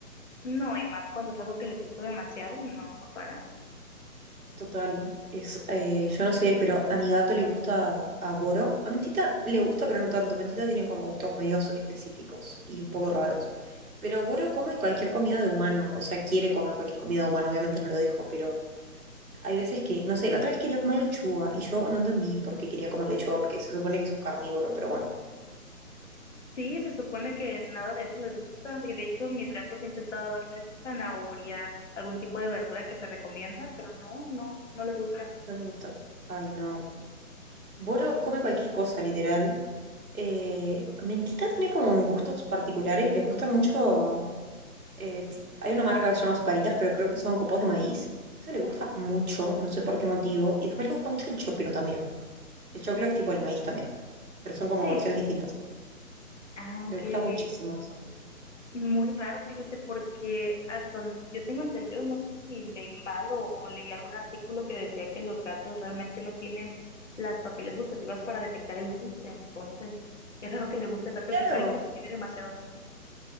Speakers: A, on the left; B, on the right.
A: No, y más cuando es algo que les gusta demasiado, no, no paran.
B: Total, es, eh, yo no sé, pero a mi gato le gusta a Boro. A Mentita le gusta, pero no tanto. Mentita tiene como gustos medios específicos y un poco raros. Pero Boro come cualquier comida de humano, o sea, quiere comer cualquier comida de humano, obviamente no lo dejo, pero hay veces que, no sé, la otra vez quería comer lechuga y yo no entendí por qué quería comer lechuga, porque se supone que es un carnívoro, pero bueno,
A: Sí, se supone que nada de eso les gusta y de hecho mis gatos he intentado darles zanahoria, algún tipo de verdura que se recomienda, pero no, no, no les gusta.
B: no nos gusta. Ay, no. Boro come cualquier cosa, literal. Eh, Mentita tiene como gustos particulares, les gustan mucho. Eh, ti- hay una marca que se llama Azucaritas, pero creo que son copos de maíz. Eso le gusta mucho, no sé por qué motivo. Y después le gusta mucho el choclo también. El choclo es tipo el maíz también, pero son como
A: Sí,
B: versiones
A: sí, sí.
B: distintas.
A: Ah,
B: Le
A: ok,
B: gusta
A: ok.
B: muchísimo eso.
A: Muy raro, fíjate, porque hasta donde yo tengo entendido, no sé si leí mal o, o leí algún artículo que decía que los gatos realmente no tienen las papilas gustativas para detectar el dulce, entonces es raro que le guste tanto
B: Claro,
A: el sucarito si tiene demasiado dulce.